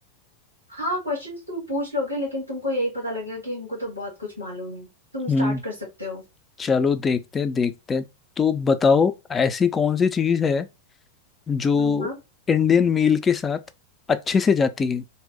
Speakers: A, on the left; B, on the left.
A: हाँ क्वेश्चंस तुम पूछ लोगे लेकिन तुमको यही पता लगेगा कि हमको तो बहुत कुछ मालूम है तुम स्टार्ट
B: हम्म
A: कर सकते हो
B: चलो देखते हैं देखते हैं तो बताओ ऐसी कौन सी चीज है जो
A: हाँ हाँ
B: इंडियन
A: हम्म।
B: मील के साथ अच्छे से जाती है